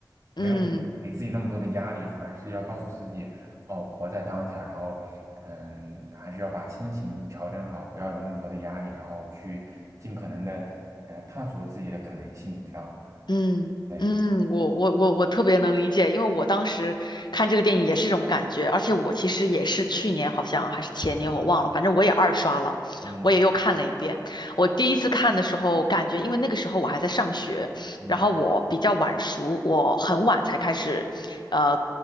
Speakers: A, on the right; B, on the left.
A: 没有给自己那么多的压力，
B: 嗯。
A: 反而是要告诉自己，哦，活在当下，然后嗯，还是要把心情调整好，不要有那么多的压力，然后去尽可能的呃探索自己的可能性，这样，
B: 嗯嗯，
A: 哎，
B: 我我我我特别能理解，因为我当时看这个电影也是这种感觉，而且我其实也是去年好像还是前年我忘了，反正我也二刷了，
A: 嗯
B: 我也又看了一遍。我第一次看的时候，感觉因为那个时候我还在上学，
A: 嗯
B: 然后我比较晚熟，我很晚才开始，呃，